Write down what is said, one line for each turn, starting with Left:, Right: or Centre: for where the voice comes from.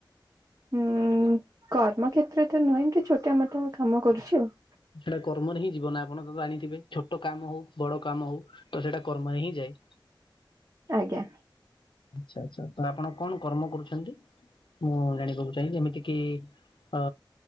Right: ହୁଁ କର୍ମ କ୍ଷେତ୍ର ତ ନୁହେଁ ଏମତି ଛୋଟିଆ ମୋଟା କାମ କରୁଛି ଆଉ।
Left: ସେଟା କର୍ମରେ ହିଁ ଜୀବନ ଆପଣ ତ ଜାଣିଥିବେ ଛୋଟ କାମ ହଉ ବଡ କାମ ହଉ। ତ ସେଇଟା କର୍ମରେ ହିଁ ଯାଏ।
Right: ଆଜ୍ଞା।
Left: ଆଚ୍ଛା ଆଚ୍ଛା ତ ଆପଣ କଣ କର୍ମ କରୁଛନ୍ତି। ମୁଁ ଜାଣିବାକୁ ଚାହେଁ ଯେମିତି କିି ଅ